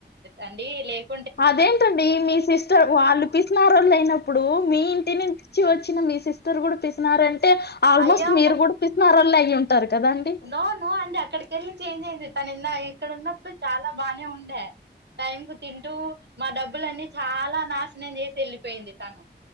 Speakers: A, on the right (about 65°); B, on the left (about 65°).
A: అండి లేక్
B: అదేంటండి మీ సిస్టర్ వాళ్ళు పిసినారోళ్ళయినప్పుడు మీ ఇంటిని చ్చి వచ్చిన మీ సిస్టర్ కూడా పిసినారి అంటే ఆల్మోస్ట్
A: అయ్యో
B: మీరు
A: ఒక
B: గూడా పిసినారొల్లే అయి ఉంటారు కదండి
A: నో నో అండి అక్కడికెళ్ళి చేంజ్ అయింది. తనిన్నయి ఇక్కడున్నప్పుడు చాలా బానే ఉండే, టైం కు తింటూ మా డబ్బులన్నీ చాలా నాశనం జేసి వెళ్ళిపోయింది. తను